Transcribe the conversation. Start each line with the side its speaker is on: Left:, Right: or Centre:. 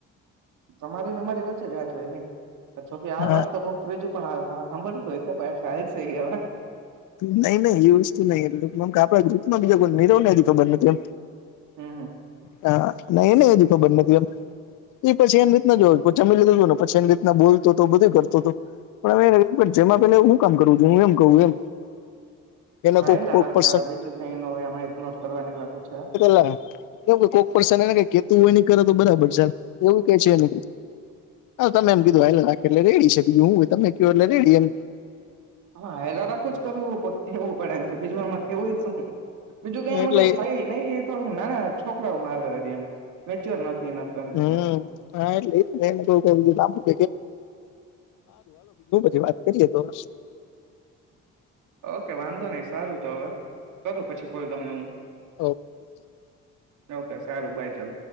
Right: તમારી ને અરી વચ્ચે જ વાચ હોય નઈકે આ
Left: હા
Right: વાત તો ત્રીજું. પણ <unintelligible> છે.
Left: નહી નહી એ વસ્તુ <unintelligible> એટમ આપડા ગ્રુપમાં બીજા કો નીરવ ને હજ ખબર નથી એમ.
Right: હમ હમ.
Left: હા નહી એ ન હજી ખબર નથી એમ એ પછી એની રીતના જોય ચમી <unintelligible> ને <unintelligible> બોલતો હતો બધું કરતો હતો પણ જેમાં પે હું કામ કરું છું, હું એમ <unintelligible> એમ. એને
Right: હાયલા
Left: કો કોઈ
Right: રાખે
Left: કો
Right: હવે બીજું કઈ ન હોય આમાં ઇગ્નોર કરવાની વાતો છે
Left: હ <unintelligible> કોક <unintelligible> કેતું હોય <unintelligible> કરે તો બરાબર ચાલ એવું ક છેને. હા તમે એમ કીધું એટલે રેડી છે, બીજું હું તમે ક એટલે રેડી એમ.
Right: હા હેલા રાખવું જ <unintelligible> કેવું પડે એમ છે, બીજું આમાં <unintelligible> બીજું કઈ એમાં
Left: એટલે
Right: કઈ થઈ નહી એ થોડુંક નાના છોકરામાં આવ એમ મેચ્યોર નથી. એમ ટૂંકમાં
Left: હમ હા એટલે ને એને <unintelligible> <unintelligible> બીજું હું પછી વાત કરીએ તો <unintelligible>
Right: ઓકે વાંધો નઈ સારું તો હવે કરું પછી કોલ તમને હું.
Left: ઓકે.
Right: ઓકે સારું બાય ચાલ.